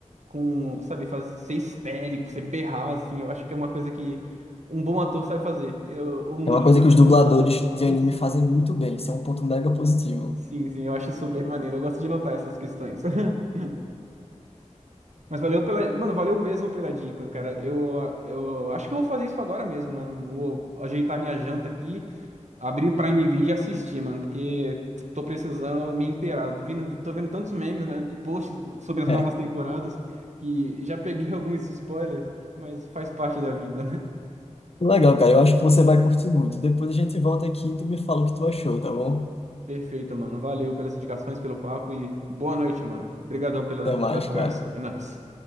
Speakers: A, on the right; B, on the left.
A: com, sabe, fazer, ser histérico, ser berrar, assim. Eu acho que é uma coisa que um bom ator sabe fazer. Eu, ou um
B: é
A: dublador
B: uma coisa que os
A: também.
B: dubladores de
A: Isso.
B: anime fazem muito bem. Isso é um ponto mega positivo.
A: Sim, sim, eu acho isso bem maneiro. Eu gosto de notar essas questões. <laughs> Mas valeu pela. Mano, valeu mesmo pela dica, cara. Eu, eu acho que eu vou fazer isso agora mesmo, mano. Vou ajeitar minha janta aqui, abrir o Prime Video e assistir, mano, porque tô precisando me inteirar. Tô vendo, tô vendo tantos memes, né, e posts sobre as
B: É.
A: novas temporadas que já peguei <laughs> alguns spoilers, mas faz parte da vida, né?
B: Legal, cara. Eu acho que você vai curtir muito. Depois a gente volta aqui e tu me fala o que tu achou, tá bom?
A: Perfeito, mano. Valeu pelas indicações, pelo papo e boa noite, mano. Obrigadão pela,
B: Até mais,
A: pela conversa.
B: cara.
A: É nóis.